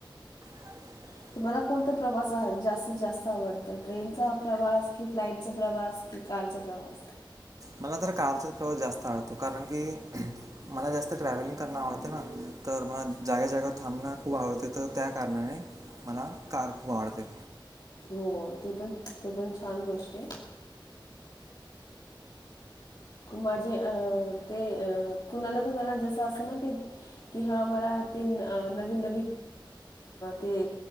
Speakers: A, on the right; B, on the left.
A: <unintelligible>
B: तुम्हाला कोणता प्रवास जास्तीत जास्त आवडत ट्रेनचा प्रवास कि फ्लाइटचा प्रवास कि कारचा प्रवास
A: मला तर कारचा प्रवास जास्त आवडतो कारण की मला जास्त ट्रॅव्हलिंग करण आवडते ना. तर मला जागे जागेवर थांबणं खूप आवडते तर त्या कारणाने मला कार खूप आवडते.
B: हो ते पण तो पण छान गोष्ट आहे. माझे अ ते अ कुणाला कुणाला जस असत ना क कि हा मला नवनवीन ते